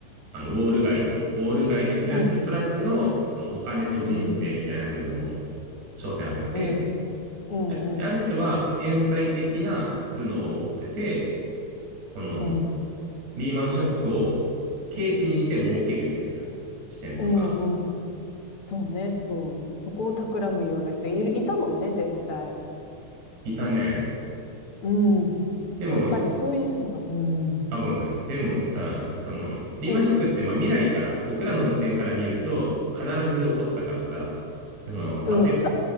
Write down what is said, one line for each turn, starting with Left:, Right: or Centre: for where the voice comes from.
Right: あ、あの、ウォール街の、ウォール街で暮らす人たちの、
Left: うん、
Right: そのお金と人生みたいな部分を
Left: うん、
Right: 焦点当てて、
Left: うん、うん、
Right: で、である人は天才的な頭脳を持ってて、
Left: うん、
Right: この
Left: うん、
Right: リーマンショックを契機にして儲けるみたいな視点とか、
Left: うん、うん。そうね、そう。そこを企むような人いる、いたもんね、絶対。
Right: いたね。
Left: うん。
Right: でも、
Left: やっぱりそういうのは、うん、
Right: あ、ごめんごめん。でもさ、その、リーマンショックってまあ未来から、
Left: うん、
Right: 僕らの視点から見ると、必ず起こったからさ、その、
Left: うん、
Right: 焦、
Left: さ、